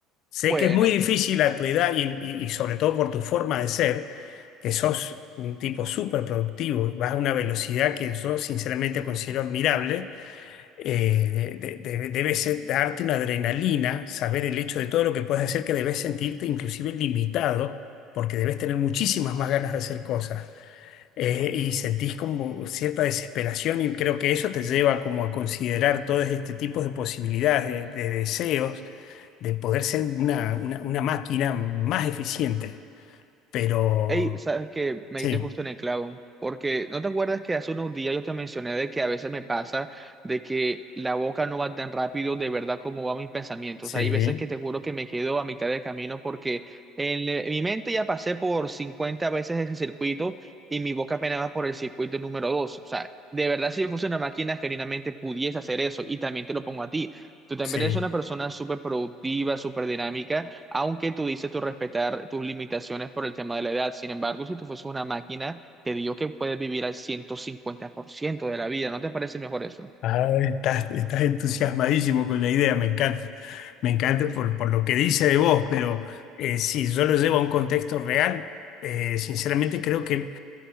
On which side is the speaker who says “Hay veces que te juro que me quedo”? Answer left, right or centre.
Right